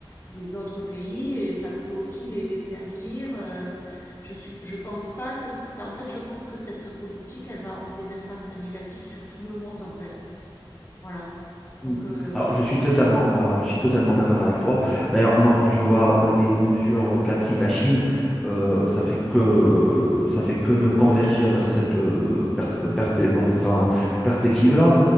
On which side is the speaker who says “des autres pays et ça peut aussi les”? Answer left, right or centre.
Left